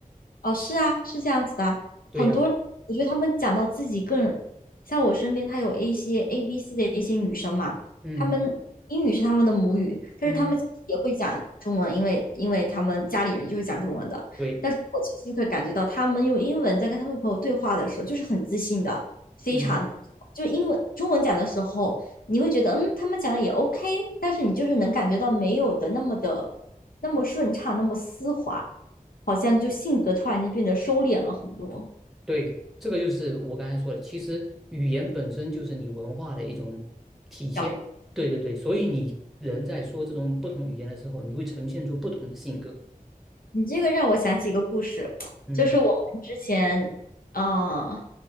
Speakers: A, on the left; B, in the centre.
A: 哦，是啊，是这样子的。
B: 对呀，
A: 很多，我觉得他们讲到自己更，像我身边，她有一些 A、B、C 的一些女生嘛，
B: 嗯
A: 她们英语是她们的母语，但是她们也会讲中文，
B: 嗯，
A: 因为因为她们家里人就是讲中文的。
B: 对，
A: 但是我其实可以感觉到，她们用英文在跟她们朋友对话的时候，就是很自信的，非常
B: 嗯。
A: 就英文中文讲的时候，你会觉得嗯，他们讲的也 OK，但是你就是能感觉到没有的那么的。那么顺畅，那么丝滑，好像就性格突然间变得收敛了很多。
B: 对，这个就是我刚才说的，其实语言本身就是你文化的一种体现。
A: 小样
B: 对对对，所以你人在说这种不同语言的时候，你会呈现出不同的性格。
A: 你这个让我想起一个故事，
B: 嗯
A: 就是我们之前，呃，